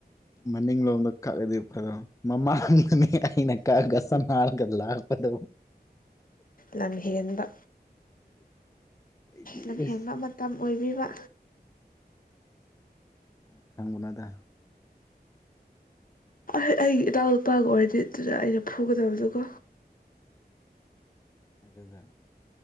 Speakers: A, on the left; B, on the left.
A: ꯃꯅꯤꯡ ꯂꯣꯝꯗ ꯀꯥꯒꯗꯤ ꯐ ꯑꯗꯨꯣ ꯃꯃꯅꯤ ꯑꯩꯅ ꯀꯥꯒꯁꯝꯒꯗ ꯂꯥꯛꯄ ꯑꯣ
B: ꯂꯝ ꯍꯦꯟꯕ
A: ꯑꯩꯗꯤ
B: ꯂꯝꯍꯦꯟꯕ
A: ꯑꯁ
B: ꯃꯇꯝ ꯑꯣꯏꯕꯤꯕ
A: ꯅ ꯈꯪꯕꯅ ꯑꯗ
B: ꯑꯍ ꯑꯩꯒꯤ ꯏꯅꯥꯎ ꯅꯨꯨꯄꯥꯒ ꯑꯣꯏꯔꯗꯤ ꯑꯗꯨꯗ ꯑꯩꯅ ꯐꯨꯒꯗꯕꯗꯨꯀꯣ
A: ꯑꯗꯨꯒ